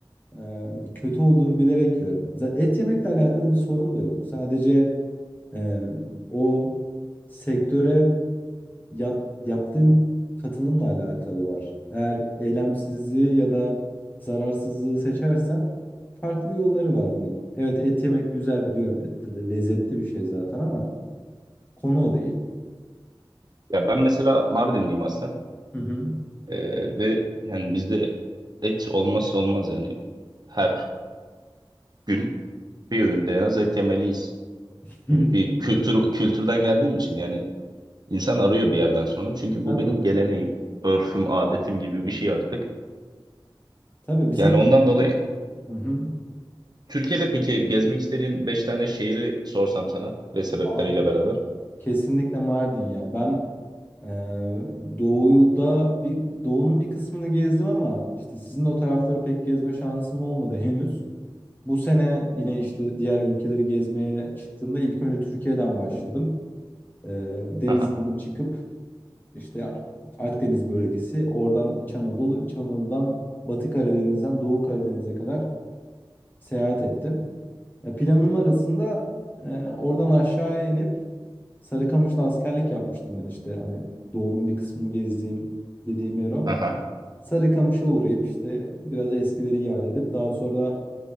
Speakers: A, on the left; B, on the right.
A: eee, kötü olduğunu bilerek yiyorum. Z- Et yemekle alakalı bir sorun da yok. Sadece eee, o sektöre yap- yaptığın katılımla alakalı var. Eğer eylemsizliği ya da zararsızlığı seçersen farklı yolları var bunun. Evet et yemek güzel biliyorum. Et de de lezzetli bir şey zaten ama konu o değil.
B: Ya ben mesela Mardinliyim aslen.
A: Hı hı.
B: Ee, ve yani bizde et olmazsa olmaz yani. Her gün bir öğünde en az et yemeliyiz
A: <laughs>
B: gibi bir kültür kültürden geldiğim için yani insan arıyor bir yerden sonra. Çünkü bu
A: Tabii.
B: benim geleneğim, örfüm, adetim gibi bir şey artık.
A: Tabii bizim
B: Yani ondan dolayı
A: Hı hı.
B: Türkiye'de peki gezmek istediğin 5 tane şehri sorsam sana ve sebepleriyle
A: Abi,
B: beraber.
A: Kesinlikle Mardin ya. Ben e, doğuda bir doğunun bir kısmını gezdim ama işte sizin o tarafları pek gezme şansım olmadı henüz. Bu sene yine işte diğer ülkeleri gezmeye çıktığımda ilk önce Türkiye'den başladım. Ee, denizden
B: Aha,
A: çıkıp işte Akdeniz bölgesi, oradan İç Anadolu, İç Anadolu'dan Batı Karadeniz'den Doğu Karadeniz'e kadar seyahat ettim. Ya planım arasında e, oradan aşağıya inip Sarıkamış'ta askerlik yapmıştım ben işte hani Doğu'nun bir kısmını gezdiğim dediğim yer o.
B: aha.
A: Sarıkamış'a uğrayıp işte biraz eskileri yad edip daha sonra